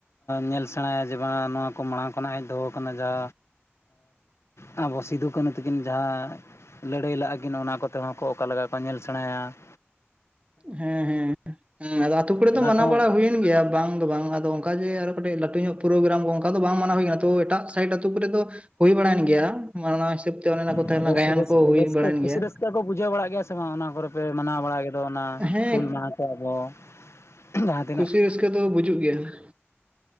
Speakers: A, on the left (about 75°); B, on the right (about 30°).
A: ᱧᱮᱞ ᱥᱮᱬᱟᱭᱟ ᱡᱮ ᱵᱟᱝ ᱱᱚᱣᱟ ᱠᱚ ᱢᱟᱲᱟᱝ ᱠᱷᱚᱱᱟᱜ ᱦᱮᱡ ᱫᱚᱦᱚ ᱠᱟᱱᱟ ᱡᱟ, ᱟᱸ ᱟᱵᱚ ᱥᱤᱫᱩ ᱠᱟᱹᱱᱩ ᱛᱟᱹᱠᱤᱱ ᱡᱟᱦᱟᱸ ᱞᱟᱹᱲᱦᱟᱹᱭ ᱞᱟᱜᱼᱟ ᱠᱤᱱ ᱚᱱᱟ ᱠᱚᱛᱮ ᱦᱚᱸ ᱠᱚ ᱚᱠᱟ ᱞᱮᱠᱟ ᱠᱚ ᱧᱮᱞ ᱥᱮᱬᱟᱭᱟ ᱾
B: ᱦᱮᱸ ᱦᱮᱸ ᱟᱫᱚ ᱟᱛᱩ ᱠᱚᱨᱮ
A: ᱚᱱᱟ
B: ᱫᱚ ᱢᱟᱱᱟᱣ
A: ᱠᱚ
B: ᱵᱟᱲᱟ ᱦᱩᱭᱮᱱ ᱜᱮᱭᱟ ᱵᱟᱝ ᱫᱚ ᱵᱟᱝ, ᱟᱫᱚ ᱚᱱᱠᱟ ᱡᱮ ᱟᱨᱚ ᱠᱟᱹᱴᱤᱡ ᱞᱟᱹᱴᱩ ᱧᱚᱜ ᱯᱳᱨᱳᱜᱮᱨᱟᱢ ᱠᱚ ᱚᱱᱠᱟ ᱚᱠᱟ ᱫᱚ ᱵᱟᱝ ᱢᱟᱱᱟᱣ ᱦᱩᱭ ᱟᱠᱟᱱᱟ ᱛᱚ ᱮᱴᱟᱜ ᱥᱟᱭᱤᱴ ᱟᱛᱳ ᱠᱚᱨᱮ ᱫᱚ ᱦᱩᱭ ᱵᱟᱲᱟᱭᱮᱱ ᱜᱮᱭᱟ ᱢᱟ ᱚᱱᱟ ᱦᱤᱥᱟᱹᱵ ᱛᱮ ᱚᱱᱮ ᱚᱱᱟ ᱠᱚ ᱛᱟᱦᱮᱸ
A: ᱨᱟᱹᱥ
B: ᱞᱮᱱᱟ ᱜᱟᱭᱟᱱ
A: ᱨᱟᱹᱥ
B: ᱠᱚ ᱦᱩᱭ
A: ᱨᱟᱹᱥᱠᱟᱹ
B: ᱵᱟᱲᱟᱭᱮᱱ
A: ᱠᱩᱥᱤ
B: ᱜᱮᱭᱟ
A: ᱨᱟᱹᱥᱠᱟᱹ
B: ᱾
A: ᱠᱚ ᱵᱩᱡᱷᱟᱹᱣ ᱵᱟᱲᱟᱜ ᱜᱮᱭᱟ ᱥᱮ ᱵᱟᱝ ᱚᱱᱟ ᱠᱚᱨᱮ ᱯᱮ ᱢᱟᱱᱟᱣ ᱵᱟᱲᱟ ᱠᱮᱫᱚ ᱚᱱᱟ
B: ᱦᱮᱸ
A: ᱦᱩᱞ ᱢᱟᱦᱟ ᱠᱚ ᱟᱵᱚ? ᱡᱟᱦᱟᱸ ᱛᱤᱱᱟᱹᱜ
B: ᱠᱩᱥᱤ ᱨᱟᱹᱥᱠᱟᱹ ᱫᱚ ᱵᱩᱡᱩᱜ ᱜᱮᱭᱟ ᱾